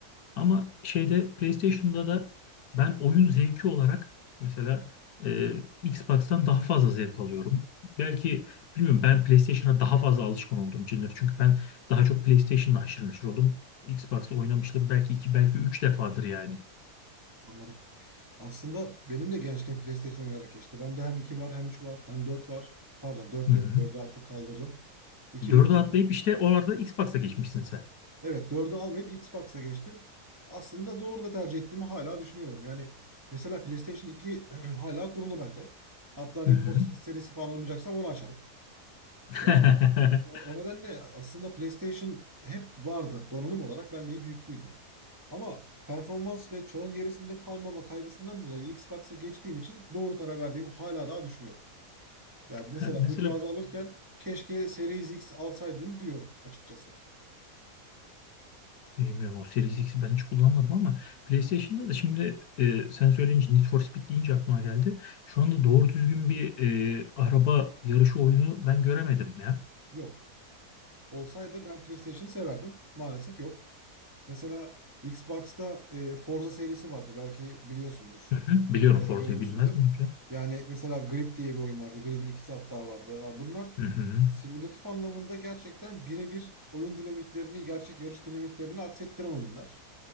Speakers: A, on the left (about 75°); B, on the right (about 15°).
A: Ama şeyde PlayStation'da da ben oyun zevki olarak mesela e, Xbox'tan daha fazla zevk alıyorum. Belki bilmiyorum ben PlayStation'a daha fazla alışkın olduğum içindir. Çünkü ben daha çok PlayStation'la haşır neşir oldum. Xbox'ta oynamıştım belki iki belki üç defadır yani.
B: Anladım. Aslında benim de gençliğim PlayStation oynayarak geçti. Bende hem 2 var, hem 3 var, hem 4 var. Pardon dört
A: Hı hı.
B: yok, dördü artık kaldırdım. iki
A: Dördü
B: ve üç
A: atlayıp işte orada Xbox'a geçmişsin sen.
B: Evet dördü almayıp Xbox'a geçtim. Aslında doğru da tercih ettiğimi hala düşünüyorum. Yani mesela PlayStation 2 <clears throat> hala kurulu bende. Hatta
A: Hı
B: Need for Speed serisi falan oynayacaksam onu açarım.
A: hı.
B: Ya O,
A: <laughs>
B: o nedenle aslında PlayStation hep vardı donanım olarak bende hep yüklüydü. Ama performans ve çağın gerisinde kalmama kaygısından dolayı Xbox'a geçtiğim için doğru karar verdiğimi hala daha düşünüyorum. Yani mesela
A: Ha, Mesela
B: bu cihazı alırken keşke Series X alsaydım diyorum açıkçası.
A: bilmiyorum o Series X'i ben hiç kullanmadım ama PlayStation'da da şimdi e, sen söyleyince Need for Speed deyince aklıma geldi. Şu anda doğru düzgün bir e, araba yarışı oyunu ben göremedim ya.
B: Yok. Olsaydı ben PlayStation'ı severdim. Maalesef yok. Mesela Xbox'ta e, Forza serisi vardı. Belki biliyorsundur.
A: Hı hı. Biliyorum
B: E,
A: Forza'yı
B: görmüşsündür.
A: bilmez miyim ya?
B: Yani mesela Grid diye bir oyun vardı. Grid'in ikisi hatta vardı. Ya bunlar
A: Hı hı.
B: simülatif anlamında gerçekten birebir oyun dinamiklerini, gerçek yarış dinamiklerini aksettiren oyunlar.